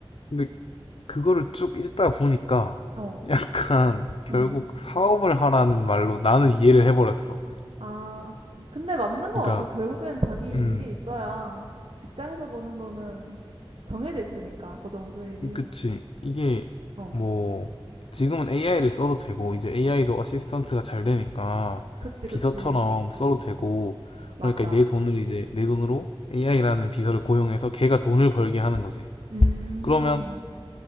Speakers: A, on the left (about 70°); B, on the right (about 75°).
A: 근데 그거를 쭉 읽다 보니까
B: 어,
A: 약간 결국
B: 음.
A: 사업을 하라는 말로 나는 이해를 해버렸어.
B: 아, 근데 맞는 것
A: 그러니까,
B: 같아. 결국엔 자기
A: 음,
B: 일이 있어야 직장에서 버는 돈은 정해져 있으니까, 고정 수입이.
A: 그치. 이게
B: 어,
A: 뭐, 지금은 AI를 써도 되고, 이제 AI도 어시스턴트가 잘 되니까
B: 그치,
A: 비서처럼
B: 그치.
A: 써도 되고,
B: 맞아.
A: 그러니까 내 돈을 이제, 내 돈으로 AI라는 비서를 고용해서 걔가 돈을 벌게 하는 거지.
B: 음,
A: 그러면